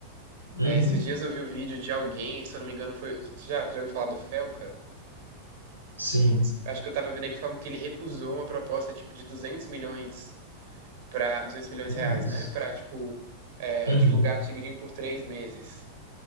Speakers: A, on the right; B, on the right.
A: Uhum.
B: É, esses dias eu vi o vídeo de alguém, se eu não me engano, foi, você já, já ouviu falar do Felca?
A: Sim,
B: Acho que eu tava vendo ele falando que ele recusou uma proposta tipo de duzentos milhões para duzentos milhões
A: é
B: de reais,
A: isso.
B: né? Para, tipo, é,
A: Uhum.
B: divulgar Tigrinho por três meses.